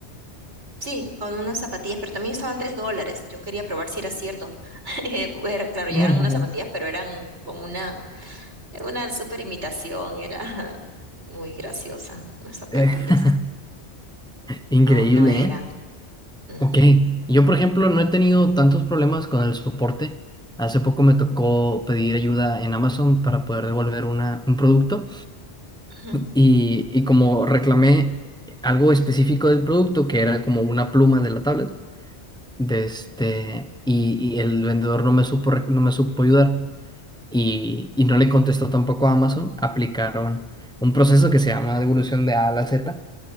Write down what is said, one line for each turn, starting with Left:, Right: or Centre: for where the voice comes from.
Right: Sí, con unas zapatillas, pero también estaban tres dólares. Yo quería probar si era cierto. <laughs> Era, claro, llegaron
Centre: <laughs>
Right: unas zapatillas, pero eran como una Una super imitación, era <laughs> muy graciosa. Las zapatillas
Centre: Eh, <laughs> Increíble,
Right: no, no eran.
Centre: ¿eh?
Right: Ujú,
Centre: Ok, yo por ejemplo no he tenido tantos problemas con el soporte. Hace poco me tocó pedir ayuda en Amazon para poder devolver una, un producto
Right: ujú.
Centre: y, y como reclamé algo específico del producto que era como una pluma de la tablet de este, y, y el vendedor no me supo, rec- no me supo ayudar y, y no le contestó tampoco a Amazon, aplicaron un proceso que se llama devolución de A a la Z